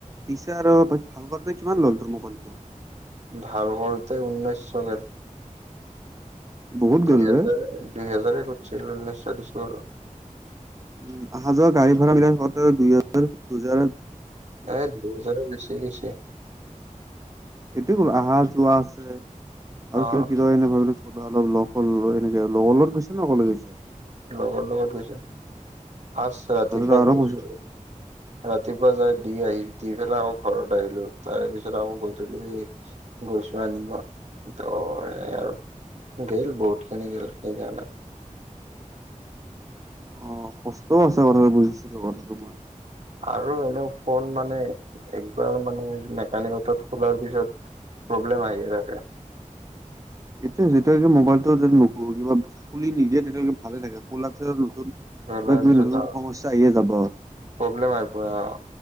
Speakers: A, on the right; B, on the right.
A: পিছে আৰু ভাল ন কিমান ল'ল ত মোবাইলটো।
B: ভাল কৰতে ঊনৈছশকেল
A: বহুত
B: দুই
A: গ'ল
B: হাজাৰ,
A: ৰে।
B: দুই হাজাৰ ঘছিল উঊনৈছ চল্লিছৰ
A: উ, অহা যোৱা গাড়ী ভাড়াবিলাক দুই হজাৰ, দুহেজাৰ
B: এই দু হজাৰ বেছি গছি।
A: সটোয় কলো আহা, যোৱা আছে আৰু
B: অ
A: ক এনে ভাবিলো অলপ লগ এনেকে লগ, লগত গৈছে লগলে গৈছে।
B: লগৰ লগত গৈছো ফ
A: অ
B: ৰাতিপুৱা
A: তাতেতো আৰু
B: গৈছো।
A: পইচা
B: ৰাতিপুৱা যাই দি আহি দি পেলাই আকৌ ঘৰত আহিলো তাৰে পিছত আকৌ গধূলি গৈছো আনিব ত' এনে আৰু। গেল ব'ট কি নি গ'ল সেই গণ ন
A: অ, কষ্টও আছে কথাটো বুজিছো কথাটো মই
B: আৰু এনে ফোন মানে একবাৰ মানে মেকানিকত খোলাৰ পিছত প্ৰব্লেম আহোকে
A: এতিয়া যেতিয়কে মোবাইলটো য ন কিবা খুলি নিদিয়ে তেতিয়ে ভালে থাকে কোলা নতুন
B: খোলাৰ
A: কিবা, কিবা
B: পিছত
A: নতুন, নতুন সমস্যা আহিয়ে যাব।
B: প্ৰব্লেম আহ, প, আহ,